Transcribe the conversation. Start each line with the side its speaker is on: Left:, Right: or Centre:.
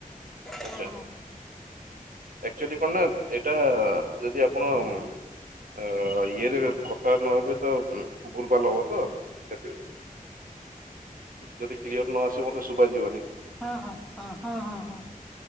Centre: ହଁ
Right: ଆଚଛା। ଆକ୍ଚୁଆଲି କଣ ନା ଏଇଟା ଯଦି ଆପଣ ଆ ଇଏରେ କଥା ନହେ ତ ଭୁଲ ଭାଲ ହବ ତ ଯଦି କ୍ଲିୟର ନ ଆସେ ମତେ ଶୁବା ଯିବନି।
Centre: ହଁ ହ ହ ହ ହ ହ